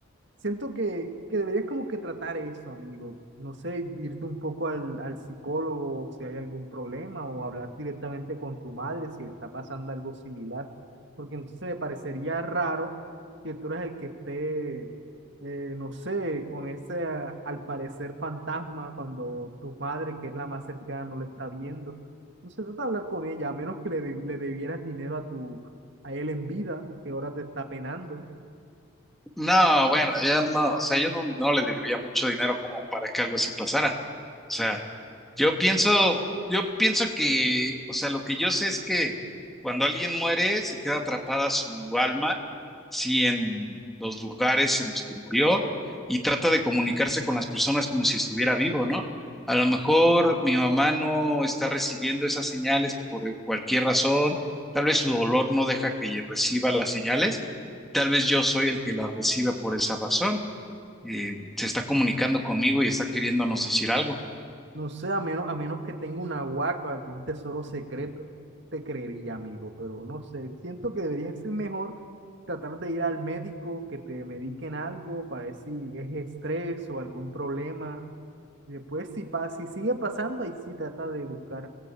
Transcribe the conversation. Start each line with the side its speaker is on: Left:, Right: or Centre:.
Right: Siento que, que deberías como que tratar eso, amigo. No sé, irte un poco al, al psicólogo si hay algún problema o hablar directamente con tu madre si está pasando algo similar, porque entonces me parecería raro que tú eres el que esté, eh, no sé, con ese a- al parecer fantasma cuando tu madre, que es la más cercana, no lo está viendo. No se trata de hablar con ella, a menos que le, de- le debieras dinero a tu, a él en vida, que ahora te está penando.
Centre: No, bueno, ya no, o sea, yo no, no le debía mucho dinero como para que algo así pasara. O sea, Yo pienso, yo pienso que, o sea, lo que yo sé es que cuando alguien muere, se queda atrapada su alma, sí, en los lugares en los que murió y trata de comunicarse con las personas como si estuviera vivo, ¿no? A lo mejor mi mamá no está recibiendo esas señales por cualquier razón, tal vez su dolor no deja que ella reciba las señales, tal vez yo soy el que las recibe por esa razón. Eh, se está comunicando conmigo y está queriéndonos decir algo.
Right: No sé, a menos, a menos que tenga una huaca o algún tesoro secreto, te creería, amigo, pero no sé. Siento que debería ser mejor tratar de ir al médico, que te mediquen algo para ver si es estrés o algún problema. Y después, si, pa- si sigue pasando, ahí sí trata de buscar,